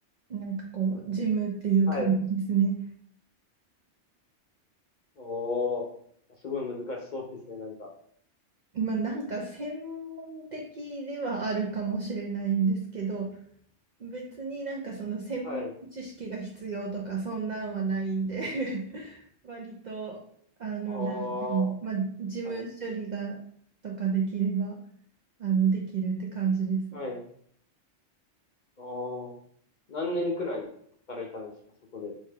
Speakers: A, on the right (about 55°); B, on the left (about 50°).
A: なんかこう、事務っていう感じですね。
B: はい。おー、すごい難しそうですね、なんか。
A: まあなんか専門的ではあるかもしれないんですけど、別になんかその専門知識が必要とかそんなんはないんで
B: はい。
A: <laughs> 割とあの、
B: ああ、
A: 誰でもまあ、事務処理がとかできれば
B: はい、
A: あのできるって感じです。
B: はい。ああ、何年くらい働いたんですか、そこで。